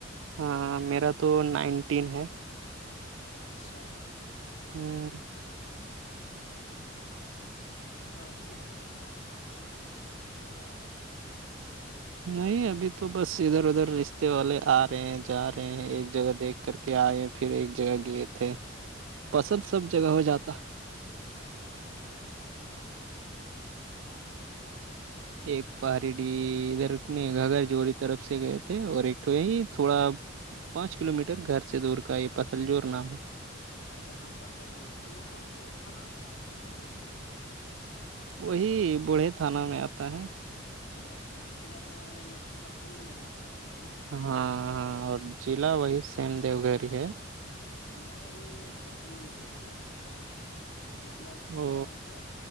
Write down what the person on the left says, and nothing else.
اچھا
تو آپ کے بھائی کا شادی فکس ہو گیا ہوگا کہیں پہ
کون
سےا
گاؤں
سے کون سےا گاؤں سے آئے تھے دیکھ کے
اچھا ہاں پتھلیور وہ کون سا تھانہ میں آتا ہے پتھلیور
بڑھے تھانا مطلب پرکھنڈ مدھو پور ہی ہے نا
ہاں میرا بھی پرکھنڈ مدھوپوری پڑتا ہے مطلب
دیو گھر